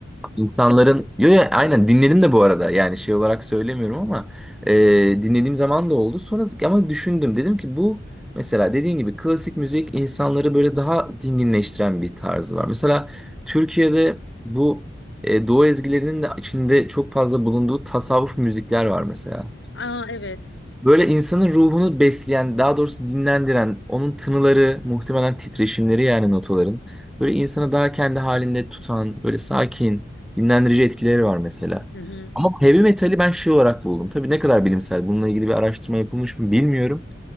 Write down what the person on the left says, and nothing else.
Aa evet.
Hı hı.